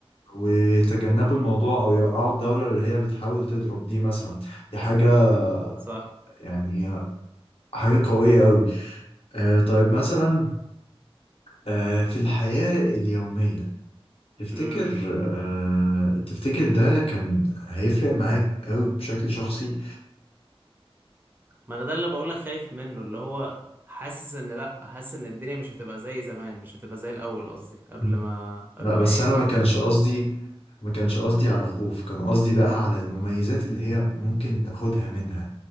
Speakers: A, on the left (about 65°); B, on the right (about 20°).
A: ويتجنبوا الموضوع أو يوقعوا الدولة اللي هي بتحاول تضرب دي مثلا دي حاجة
B: صح
A: يعني حاجة قوية قوي آه، طيب مثلا آه، في الحياة اليومية تفتكر
B: امم
A: آه، تفتكر ده كان هيفرق معاك قوي بشكل شخصي
B: ما انا ده اللي بقولك خايف منه اللي هو حاسس ان لا حاسس ان الدنيا مش هتبقى زي زمان مش هتبقى زي الاول قصدي قبل
A: مم.
B: ما قبل
A: لا
B: ما
A: بس
B: يبقى
A: انا ما كانش قصدي ما كانش قصدي على خوف كان قصدي بقى على المميزات اللي هي ممكن تاخدها منها